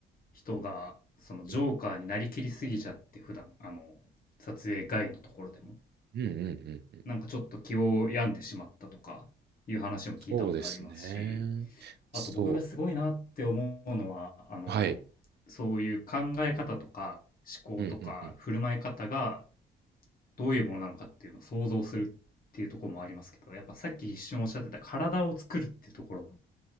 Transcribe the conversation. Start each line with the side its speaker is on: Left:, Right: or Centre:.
Left: 人が、そのジョーカーになりきりすぎちゃって、
Right: うん
Left: 普段、あのー撮影外のところでも、
Right: うんうんうん。
Left: なんかちょっと気を病んでしまったとか、いう話も聞いたことありますし、
Right: そうですね。
Left: あと僕がすごいなって思うのは、
Right: そ
Left: あの、
Right: う。はい。
Left: そういう考え方とか思考とか振る舞い方が
Right: うんうんうん。
Left: どういうものなのかっていうのを想像するっていうところもありますけど、やっぱさっき一瞬おっしゃってた体を作るっていうところ、